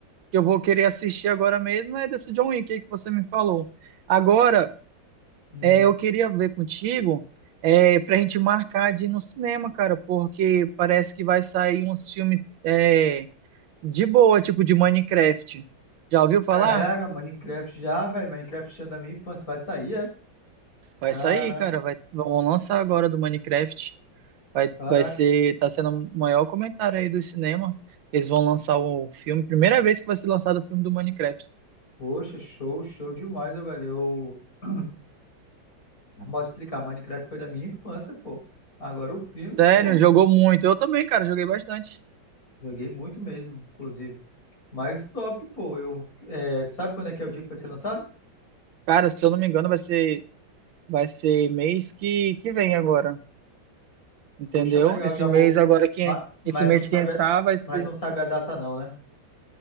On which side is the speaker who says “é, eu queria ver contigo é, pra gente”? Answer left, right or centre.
Right